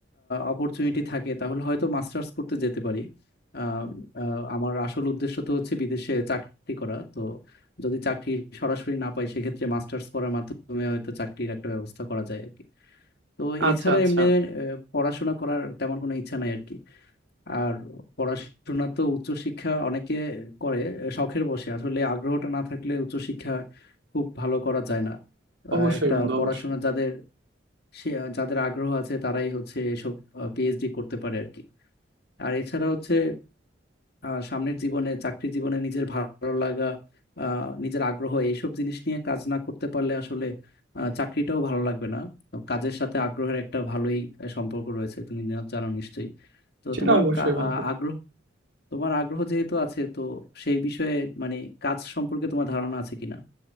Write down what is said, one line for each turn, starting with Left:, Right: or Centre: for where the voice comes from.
Left: অপরচুনিটি থাকে তাহলে হয়তো মাস্টার্স করতে যেতে পারি আহ, আহ, আমার আসল উদ্দেশ্য তো হচ্ছে বিদেশে চাকরি করা তো যদি চাকরি সরাসরি না পাই সেক্ষেত্রে মাস্টার্স করার মাধ্যমে হয়তো চাকরির একটা ব্যবস্থা করা যায় আর কি তো
Right: আচ্ছা
Left: এছাড়া
Right: আচ্ছা
Left: এমনি আহ, পড়াশোনা করার তেমন কোনো ইচ্ছা নাই আর কি আর পড়াশোনা তো উচ্চশিক্ষা অনেকে করে আহ, শখের বসে আসলে আগ্রহটা না থাকলে উচ্চশিক্ষা খুব ভালো করা যায় না আহ,
Right: অবশ্যই
Left: একটা
Right: বন্ধু
Left: পড়াশোনা
Right: অবশ্যই
Left: যাদের সে যাদের আগ্রহ আছে তারাই হচ্ছে এসব পিএইচডি করতে পারে আর কি আর এছাড়া হচ্ছে আহ, সামনের জীবনে চাকরি জীবনে নিজের ভালো লাগা আহ, নিজের আগ্রহ এইসব জিনিস নিয়ে কাজ না করতে পারলে আসলে আহ, চাকরিটাও ভালো লাগবে না তো কাজের সাথে আগ্রহের একটা ভালোই আহ, সম্পর্ক রয়েছে তুমি জা- জানো নিশ্চয়ই তো
Right: সেটা
Left: তোমার
Right: অবশ্যই
Left: কা-
Right: বন্ধু
Left: আহ, আগ্রহ তোমার আগ্রহ যেহেতু আছে তো সেই বিষয়ে মানে কাজ সম্পর্কে তোমার ধারণা আছে কিনা